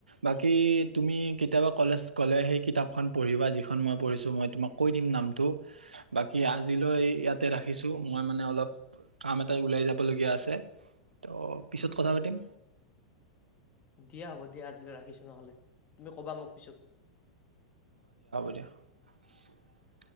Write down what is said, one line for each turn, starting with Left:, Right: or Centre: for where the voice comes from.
Right: বাকী তুমি কেতিয়াবা কলেজ গলে সেই কিতাপখন পঢ়িবা, যিখন মই পঢ়িছো মই তোমাক কৈ দিম। নামটো বাকী আজিলৈ ইয়াতে ৰাখিছোঁ মই মানে অলপ কাম এটা ওলাই যাবলগীয়া আছে ত' পিছত কথা পাতিম।
Left: দিয়া হ'ব দিয়া আজিলৈ ৰাখিছো নহলে। তুমি ক'বা মোক পিছত।
Right: <unintelligible>